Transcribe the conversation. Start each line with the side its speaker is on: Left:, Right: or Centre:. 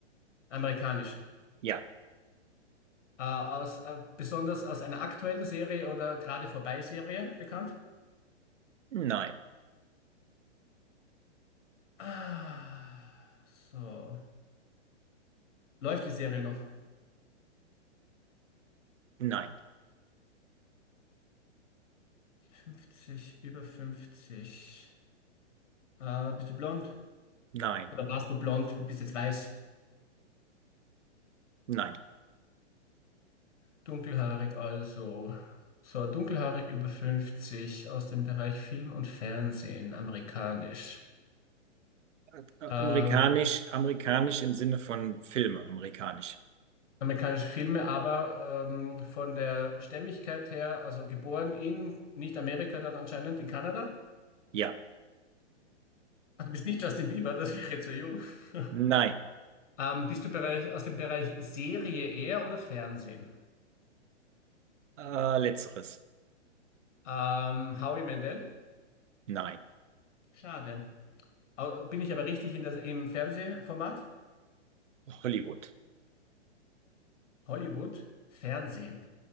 Left: amerikanisch.
Right: ja,
Left: Äh, aus, äh, besonders aus einer aktuellen Serie oder gerade vorbei Serie bekannt?
Right: nein,
Left: Ah, so. Läuft die Serie noch?
Right: nein,
Left: 50, über 50. Äh, bist du blond?
Right: nein,
Left: Oder warst du blond, bist jetzt weiß?
Right: nein.
Left: Dunkelhaarig also. So, dunkelhaarig über 50 aus dem Bereich Film und Fernsehen, amerikanisch.
Right: Ä- ä-
Left: Ähm,
Right: Amerikanisch, amerikanisch im Sinne von Filme, amerikanisch.
Left: amerikanische Filme, aber ähm, von der Stämmigkeit her, also geboren in, nicht Amerika, dann anscheinend in Kanada.
Right: Ja,
Left: Ah, Du bist nicht Justin Bieber, das wäre zu jung. <laughs>
Right: nein.
Left: Ähm, bist du Bereich, aus dem Bereich Serie eher oder Fernsehen?
Right: Äh, letzteres.
Left: Ähm, Howie Mandel?
Right: Nein.
Left: Schade. Au- Bin ich aber richtig in das, im Fernsehformat?
Right: Hollywood.
Left: Hollywood? Fernsehen.